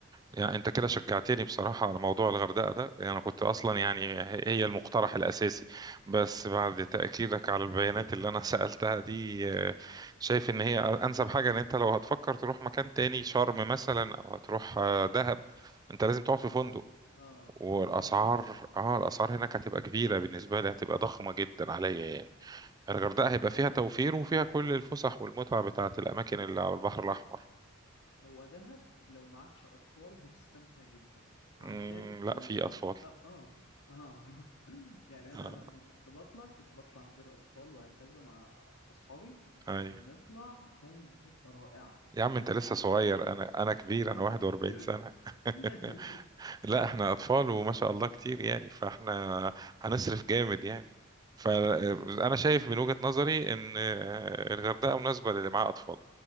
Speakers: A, on the right; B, on the left.
A: يعني انت كده شجعتني بصراحة على موضوع الغردقة ده يعني انا كنت اصلا يعني هي
B: مم.
A: المقترح الاساسي بس بعد تأكيدك على البيانات اللي انا <laughs> سألتها دي آه، شايف ان هي انسب حاجة ان انت لو هتفكر تروح مكان تاني شرم مثلا او هتروح آه، دهب انت لازم تقعد في فندق
B: اه
A: والاسعار
B: هو دهب
A: اه الاسعار هناك هتبقى كبيرة
B: اه
A: بالنسبة لي هتبقى ضخمة جدا عليا يعني الغردقة هيبقى فيها
B: اه
A: توفير وفيها كل الفسح والمتعة بتاعت الأماكن اللي على البحر الأحمر
B: هو دهب لو معكش أطفال هتستمتع جدا عشان
A: مم، لا
B: آه
A: في أطفال
B: آه آه, آه. <laughs> يعني
A: <laughs>
B: أنا
A: آه،
B: لما كنت بطلع كنت بطلع من غير أطفال وهكذا مع أصحابي
A: أيوة
B: كنا بنطلع كانت بتبقى رائعة
A: يا عم
B: إحنا
A: انت لسه
B: بنطلع
A: صغير
B: الجبل
A: انا انا كبير
B: آه.
A: انا 41 سنة
B: <laughs>
A: <laughs> لا احنا اطفال وما شاء الله كتير يعني فاحنا هنصرف جامد يعني فانا شايف من وجهة نظري ان آه، الغردقة مناسبة للي معاه اطفال